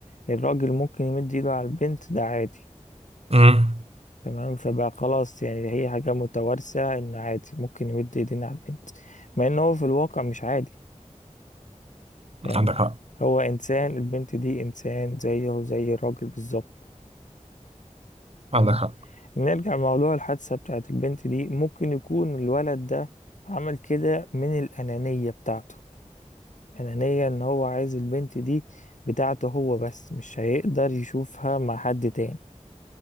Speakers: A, on the left; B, on the right.
A: الراجل ممكن يمد ايده على البنت ده عادي
B: امم
A: تمام فبقى خلاص يعني هي حاجة متوارثة ان عادي ممكن يمد ايدينا على البنت مع ان هو في الواقع مش عادي فاهمة؟
B: عندك حق
A: هو إنسان البنت دي إنسان زيه زي الراجل بالظبط فاهمة؟
B: عندك حق
A: نرجع لموضوع الحادثة بتاعت البنت دي ممكن يكون الولد ده عمل كده من الأنانية بتاعته أنانية إن هو عايز البنت دي بتاعته هو بس مش هيقدر يشوفها مع حد تاني